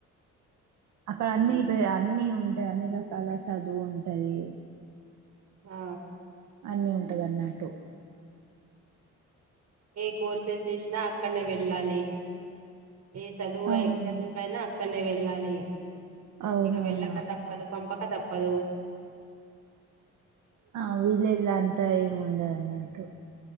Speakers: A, on the right; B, on the right.
A: అక్కడ అన్నిీ పే అన్ని ఉంటాయి అన్ని రకాల చదువు ఉంటది.
B: ఆ
A: అన్నీ ఉంటదన్నట్టు
B: ఏ కోర్సెస్ చేసినా అక్కడనే వెళ్ళాలి ఏ చదువు
A: అవును
B: చదువుకైనా అక్కడ నే వెళ్ళాలి.
A: అవునవును
B: ఇక వెళ్ళక
A: అక్కనే
B: తప్పదు పంపక తప్పదు. పద
A: ఆ వీల్లిళ్ళు అంతా ఏం ఉండదు అన్నట్టు